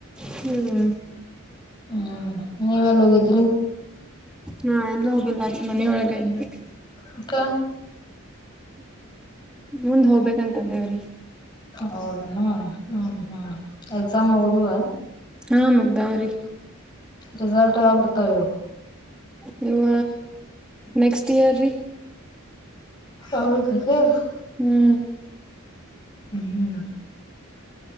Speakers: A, in the centre; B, on the left (about 20°).
A: ಹ್ಮ್
B: ಹ್ಮ್ ನೀವುಲ್ಲೋಗಿದ್ರಿ
A: ಹಾ ಎಲ್ಲೂ ಹೋಗಿಲ್ಲ ಅ ಮನೆಯೊಳಗ ಇದ್ವಿ
B: ಅಕ
A: ಮುಂದ್ ಹೋಗ್ಬೇಕಂತ ದೇವ್ರಿ
B: ಹೌದಣ ಹ್ಮ್ ಹ್ಮ್ ಎಕ್ಸಾಮ್ ಹೋಗದುವ
A: ಹಾ ಮುಗ್ದಾವ್ರಿ
B: ರಿಸಲ್ಟ್ ಯಾವಾಗ ಬರ್ತದೆ
A: ನೀವು ನೆಕ್ಸ್ಟ್ ಇಯರ್ ರೀ
B: ಹೌೆ ಹ್ಮ್
A: ಹ್ಮ್
B: ಹ್ಮ